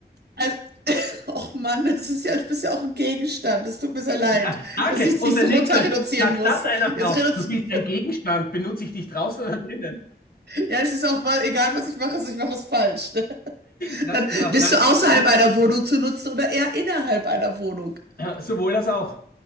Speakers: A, on the right; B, on the left.
A: also, <laughs> och Mann, das ist ja, du bist ja auch ein Gegenstand. Das tut mir sehr leid,
B: Na, danke.
A: dass ich
B: Und
A: dich
B: der
A: so runter
B: nächste,
A: reduzieren
B: sag
A: muss.
B: das einer
A: Jetzt
B: Frau.
A: reduzieren,
B: Du bist ein Gegenstand. Benutze ich dich draußen oder drinnen?
A: ja, es ist auch mal, egal was ich mache, es- ich mache es falsch. Ne?
B: Na,
A: Dann
B: ja,
A: bist
B: nein,
A: du
B: das
A: außerhalb
B: geht für mich.
A: einer
B: nicht.
A: Wohnung zu nutzen oder eher innerhalb einer Wohnung?
B: Sowohl das auch.